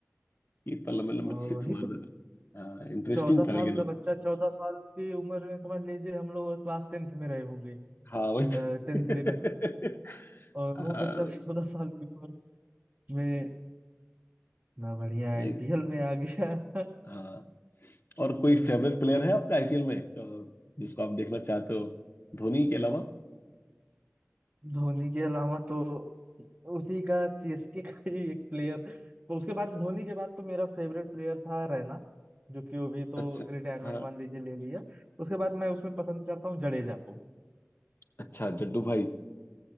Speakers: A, on the left; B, on the right.
A: कि इतना लंबे लंबे
B: और
A: सिक्स
B: वही
A: मार
B: तो
A: दे रहे हैं हाँ इंटरेस्टिंग
B: चौदह
A: था
B: साल
A: लेकिन
B: का बच्चा चौदह साल की उम्र में समझ लीजिए हम लोग क्लास टेंथ में रहे होंगे
A: हाँ वही तो
B: टेंथ इलेवन और
A: <laughs>
B: वो
A: हाँ
B: बच्चा चौदह साल की उम्र में ना बढ़िया
A: एक-
B: आईपीएल में आ गया <laughs>
A: हाँ। और
B: हम्म,
A: कोई फेवरेट प्लेयर है आपका आईपीएल में अ, जिसको आप देखना चाहते हो धोनी के अलावा
B: धोनी के अलावा तो उसी का सीएसके का ही एक प्लेयर तो उसके बाद धोनी के बाद तो मेरा फेवरेट प्लेयर था रैना जो कि वो भी तो
A: अच्छा
B: रिटायरमेंट
A: हाँ
B: मान लीजिए ले लिया उसके बाद मैं उसमें पसंद करता हूँ जडेजा को
A: अच्छा जड्डू भाई